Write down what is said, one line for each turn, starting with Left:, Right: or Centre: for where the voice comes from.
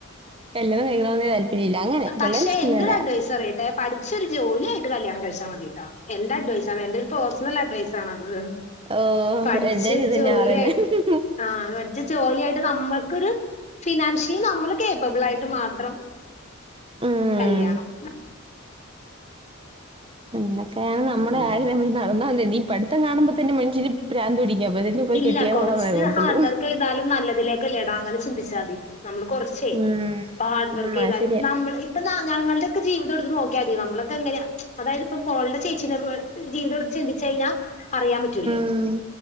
Right: കല്യാണം കഴിക്കണോന്ന് താല്പര്യല്ല അങ്ങനെ
Left: പക്ഷെ
Right: പിള്ളേരെ ഇഷ്ടല്ലല്ല
Left: എന്റെരു അഡ്വൈസ് പറയട്ടെ പഠി ച്ചൊരു ജോലിയായിട്ട് കല്യാണം കഴിച്ചാൽ മതി ട്ടോ എന്റെ അഡ്വൈസാണ് എന്റെരു പേഴ്സണൽ അഡ്വൈസാണത്
Right: ഓ
Left: പഠിച്ചൊരു
Right: എല്ലാരും ഇതന്നെയാ
Left: ജോലിയായിട്ട്
Right: പറയുന്നെ
Left: ആ പഠിച്ച് ജോലിയായിട്ട് നമ്മൾക്കൊരു ഫിനാൻഷ്യലി നമ്മള് കേപ്പബിളായിട്ട് മാത്രം
Right: ഉം
Left: കല്യാണം
Right: അങ്ങനൊക്കെയാണ് നമ്മുടെ
Left: ഉം.
Right: അങ്ങനെക്കേണ് നമ്മളെ ആഗ്രഹം നടന്നാ മതി ഈ പഠിത്തം കാണുമ്പോ തന്നെ മനുഷ്യന് പ്രാന്ത് പിടിക്കും അപ്പഴത്തേക്കും പോയി
Left: ഇല്ല
Right: കെട്ടിയാ
Left: കുറച്ച്
Right: കൊള്ളാന്നേ തോന്നത്തുള്ളൂ
Left: ഹാർഡ് വർക്കൈയ്താലും നല്ലതിലേക്കല്ലേടാ അങ്ങനെ ചിന്തിച്ചാതി നമ്മള് കുറച്ചേ
Right: ഉം
Left: പ്പാ ഹാർഡ്
Right: ഉം
Left: വർക്കൈയ്താലും
Right: അത് ശരിയാ
Left: നമ്മള് ഇ ഇപ്പൊ നാ ഞങ്ങൾടെക്കെ ജീവിതെടുത്ത് നോക്കിയാമതി നമ്മളൊക്കെ ങ്ങനെ അതായത്പ്പൊ മോള്ടെ ചേച്ചീനെപോലെ ജീവിതെടുത്ത് ചിന്തിച്ചഴിഞ്ഞാൽ അറിയാൻ പറ്റൂലേ
Right: ഉം